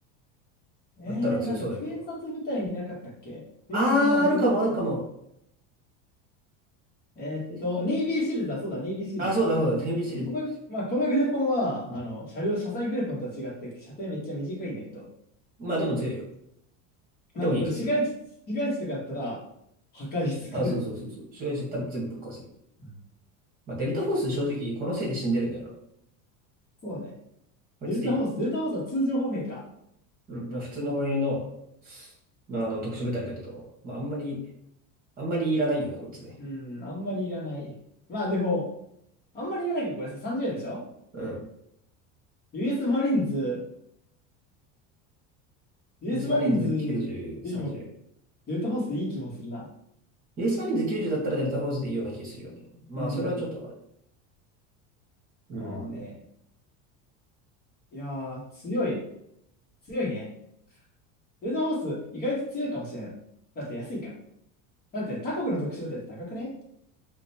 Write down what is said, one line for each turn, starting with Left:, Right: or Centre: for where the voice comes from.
Left: えー、
Right: あったら強そうだけど。
Left: なんか偵察部隊になかったっけ偵察のアメリカの。
Right: あー、あるかも、あるかも。
Left: えーっと、
Right: 伝説のグレップ
Left: ネイビーシールズだ、そうだ、ネイビーシールズ。
Right: あ、そうだ、そうだ、
Left: でも、
Right: テレビシリーズ。
Left: この、まあ、このグレポンは、
Right: うん。
Left: あの、車両、車載グレポンとは違って、射程めっちゃ短いんだけど、
Right: まあでも強いよ。
Left: まあでもこれ市街地、
Right: でも激強。
Left: 市街地とかだったら、破壊し尽くせる。
Right: あ、そうそうそうそう。襲撃しちゃったら全部ぶっ壊せる。
Left: うん
Right: まあデルタフォース正直このせいで死んでるんだよな。
Left: そうね。
Right: こいつでいい。
Left: デルタホース、デルタホースは通常歩兵か。
Right: うん。まあ、普通の歩兵の、まああの特殊部隊だけど、まああんまり、あんまりいらないよね、こいつね。
Left: うん、あんまりいらない。まあでも、あんまりいらないけど、これさ、30円でしょ
Right: うん。
Left: ?US マリーンズ、ユーエスマリーンズ
Right: ユースマリーンズ90、
Left: よりも
Right: 30。
Left: デルタフォースでいい気もするな。
Right: ユースマリーンズ90だったらデルタフォースでいいような気がするよね。まあそれはちょっとわかる。
Left: うん。
Right: うん。
Left: ああね。いやー、強い。強いね。デルタフォース意外と強いかもしれん。だって安いから。だって他国の特殊部隊って高くね